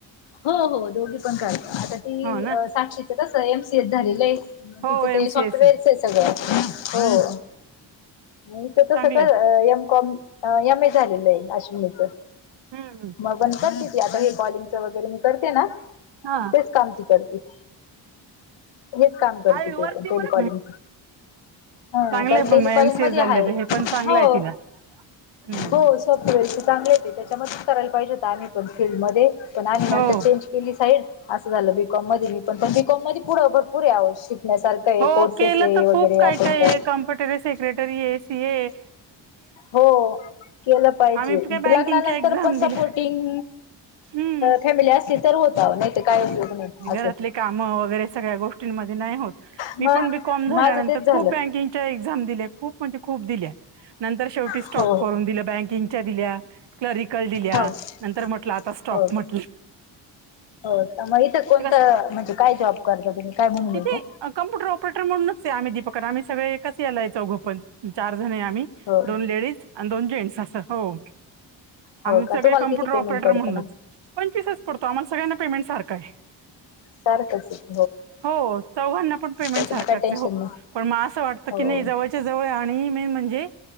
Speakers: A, on the left; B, on the right.
A: हो हो दोघी पण करता. आता ती
B: हो ना
A: अ साक्षीचं कसं एमसीएच झालेलं आहे. मग
B: हो
A: तिच
B: एम
A: ते सॉफ्टवेअरच
B: सी एस ए
A: आहे सगळं हो. मग हिच कसं
B: चांगलंय
A: अ M com a M A झालेलं आहे अश्विनीचं.
B: हम्म.
A: मग गंद करते ती आता हे कॉलिंगच वगैरे मी करते ना
B: हा.
A: तेच काम ती करती. हेच काम करते
B: आम्ही वरती
A: तीपण टेलिकॉलिंग.
B: पण
A: हा
B: चांगलंय
A: कारण
B: पण
A: टेलिकॉलिंग
B: मग एम सी
A: मधी
B: ए झालं
A: हाय,
B: हे पण चांगलं
A: हो
B: आहे तिला. हम्म.
A: हो. सॉफ्टवेअरच चांगले आहे ते त्याच्यामध्येच करायला पाहिजे होत आम्ही पण फिल्डमध्ये. पण आम्ही
B: हो.
A: नंतर चेंज केली साईड. असं झालं. बीकॉममध्ये मी पण, पण बीकॉममध्ये पुढे भरपूर अहो शिकण्यासारखं. आहे
B: हो
A: कोर्सेस
B: केलं
A: आहे
B: तर
A: वगैरे
B: खूप काय
A: अकाउंटंट
B: काय आहे. कॉम्प्युटरी सेक्रेटरी आहे, सीए आहे.
A: हो केलं पाहिजे.
B: आम्ही काय बँकिंगच्या
A: लग्नानंतर
B: एक्झाम
A: पण
B: दिल्या
A: सपोर्टिंग
B: हम्म
A: फॅमिली असली तर होतं अहो नाहीतर काय उपयोग. नाही
B: घरातली
A: असे
B: कामं वगैरे, सगळ्या गोष्टींमध्ये नाही होतं. मी
A: मग
B: पण बी कॉम, झाल्यानंतर
A: माझं तेच झालं
B: खूप बँकिंग. एक्साम दिल्या खूप म्हणजे खूप दिल्या, नंतर शेवटी
A: हो
B: स्टॉप करून दिलं. दिल्या, क्लरिकल दिल्या,
A: हो
B: नंतर म्हटलं आता
A: हो
B: स्टॉप
A: का
B: म्हटलं.
A: हो का? मग इथं कोणतं
B: कस
A: म्हणजे काय जॉब करता तुम्ही? काय म्हणून
B: तिथे
A: इथं
B: कम्प्युटर ऑपरेटर म्हणून आम्ही दीपक आम्ही सगळे, एकच याला चौघ पण चार जण आहे आम्ही.
A: हो
B: दोन लेडीज आणि, दोन जेंन्स असं हो. आम्ही
A: हो का
B: सगळे
A: तुम्हाला
B: कम्प्युटरऑपेटर
A: किती पेमेंट पडतं
B: म्हणूनच,
A: मग
B: पंचवीसच पडतो आम्हाला सगळ्यांना पेमेंट सारखं आहे.
A: सारखचं.
B: हो चौघांना पण पेमेंट
A: त्याच्यामुळे
B: सारखच
A: काय टेन्शन
B: हो,
A: नाही
B: पण मग असं वाटतं
A: हो
B: का जवळ. त्याच्या जवळ आणि मेन म्हणजे,